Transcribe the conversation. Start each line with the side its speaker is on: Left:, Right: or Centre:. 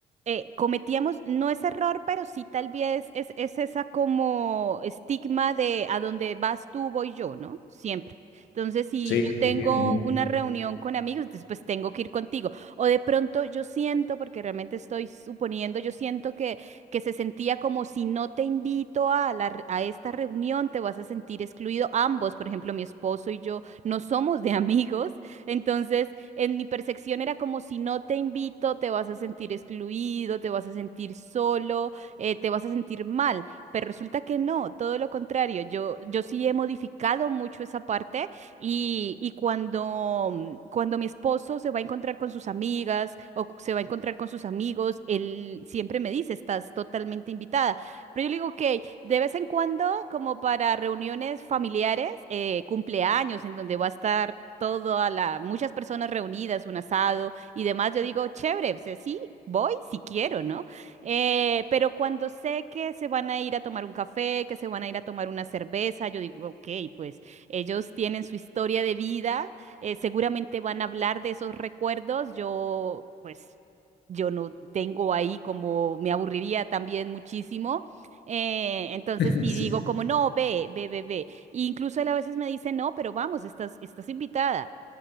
Right: eh, cometíamos, no es error, pero sí tal vez es, es esa como estigma de a donde vas tú, voy yo, ¿no? Siempre. Entonces, si
Left: Sí,
Right: yo tengo
Left: es bien, bien.
Right: una reunión con amigos, entonces, pues tengo que ir contigo. O de pronto yo siento, porque realmente estoy suponiendo, yo siento que que se sentía como si no te invito a la re- a esta reunión, te vas a sentir excluido. Ambos, por ejemplo, mi esposo y yo, no somos de <laughs> amigos, entonces en mi percepción era como si no te invito, te vas a sentir excluido, te vas a sentir solo, eh, te vas a sentir mal. Pero resulta que no, todo lo contrario. Yo, yo sí he modificado mucho esa parte y, y cuando, mm, cuando mi esposo se va a encontrar con sus amigas o se va a encontrar con sus amigos, él siempre me dice, estás totalmente invitada. Pero yo le digo, ok, de vez en cuando, como para reuniones familiares, eh, cumpleaños, en donde va a estar toda la, muchas personas reunidas, un asado y demás, yo digo, chévere, o sea, sí, voy si quiero, ¿no? Eh, pero cuando sé que se van a ir a tomar un café, que se van a ir a tomar una cerveza, yo digo, ok, pues ellos tienen su historia de vida, eh, seguramente van a hablar de esos recuerdos. Yo, pues, yo no tengo ahí como me aburriría también muchísimo. Eh, entonces,
Left: <laughs>
Right: sí
Left: Sí.
Right: digo como, no, ve, ve, ve, ve. E incluso él a veces me dice, no, pero vamos, estás, estás invitada.